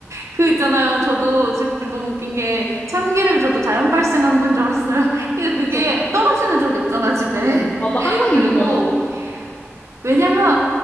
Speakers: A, on the right; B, on the left.
A: 그 있잖아요. 저도 지금 너무 웃긴 게 참기름이 저도 자연 발생하는 건 줄 알았어요. 그러니까
B: 그쵸?
A: 그게 떨어지는 적이 없잖아, 집에.
B: 맞아, 항상
A: <laughs> 그리고
B: 있는 거잖아.
A: 왜냐면